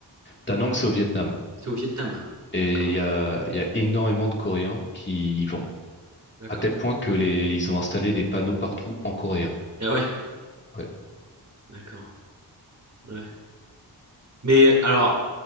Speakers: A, on the left; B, on the right.
A: Da Nang, c'est au Vietnam.
B: C'est au Vietnam?
A: Et
B: D'accord,
A: il y a, il y a énormément de Coréens qui
B: d'accord.
A: à tel point que les, ils ont installé des panneaux partout en coréen.
B: Ah ouais,
A: Ouais.
B: d'accord, ouais. Mais alors,